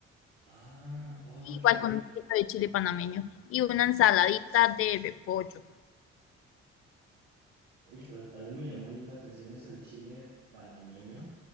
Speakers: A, on the right (about 75°); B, on the left (about 40°).
A: Ah, oh,
B: igual
A: qué rico.
B: con un poquito de chile panameño y una ensaladita de repollo.
A: Oye, pero también me llamó la atención eso del chile panameño.